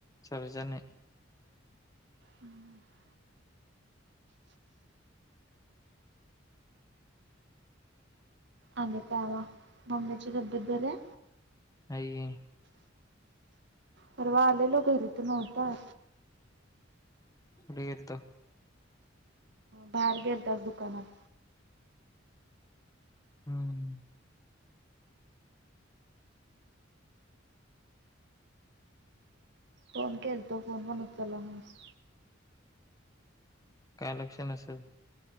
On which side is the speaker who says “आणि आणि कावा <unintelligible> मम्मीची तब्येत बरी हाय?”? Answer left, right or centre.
Right